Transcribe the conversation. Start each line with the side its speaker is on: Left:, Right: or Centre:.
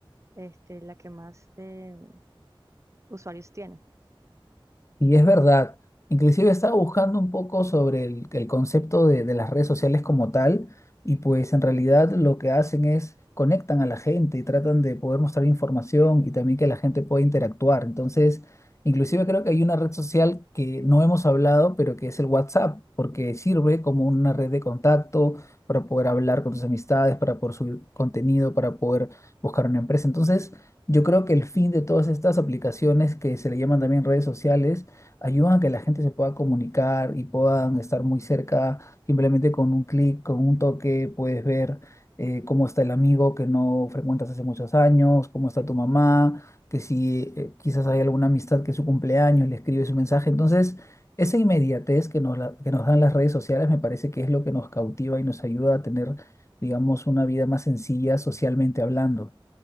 Right: este, la que más eh, usuarios tiene.
Left: Y es verdad, inclusive estaba buscando un poco sobre el, el concepto de, de las redes sociales como tal y pues en realidad lo que hacen es conectan a la gente y tratan de poder mostrar información y también que la gente pueda interactuar. Entonces, inclusive creo que hay una red social que no hemos hablado, pero que es el WhatsApp, porque sirve como una red de contacto para poder hablar con tus amistades, para poder subir contenido, para poder buscar una empresa. Entonces, yo creo que el fin de todas estas aplicaciones que se le llaman también redes sociales, ayudan a que la gente se pueda comunicar y puedan estar muy cerca, simplemente con un clic, con un toque, puedes ver eh, cómo está el amigo que no frecuentas hace muchos años, cómo está tu mamá, que si eh, quizás hay alguna amistad que es su cumpleaños, le escribes un mensaje. Entonces, esa inmediatez que nos, la- que nos dan las redes sociales me parece que es lo que nos cautiva y nos ayuda a tener, digamos, una vida más sencilla socialmente hablando.